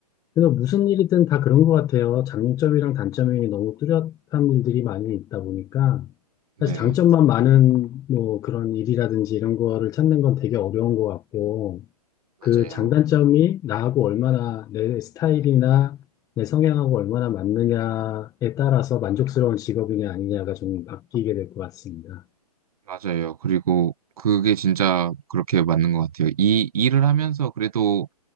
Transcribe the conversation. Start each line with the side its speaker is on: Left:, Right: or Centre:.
Left: 그래서 무슨 일이든 다 그런 것 같아요. 장점이랑 단점이 너무 뚜렷한 일들이 많이 있다 보니까
Right: 네,
Left: 사실 장점만 많은 뭐 그런 일이라든지 이런 거를 찾는 건 되게 어려운 것 같고
Right: 맞아요.
Left: 그 장단점이 나하고 얼마나 내 스타일이나 내 성향하고 얼마나 맞느냐에 따라서 만족스러운 직업이냐 아니냐가 좀 바뀌게 될 것 같습니다.
Right: 맞아요. 그리고 그게 진짜 그렇게 맞는 것 같아요. 이 일을 하면서 그래도